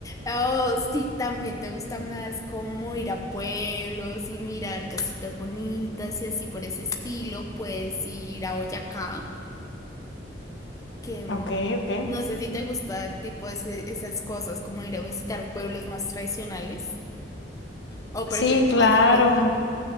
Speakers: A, on the left; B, on the left.
A: o si también te gusta más como ir a pueblos y mirar casitas bonitas y así por ese estilo, puedes ir a Boyacá, que mm,
B: Ok, ok.
A: no sé si te gusta tipo ese- esas cosas, como ir a visitar pueblos más tradicionales o prefieres
B: Sí, claro.
A: más de fiesta.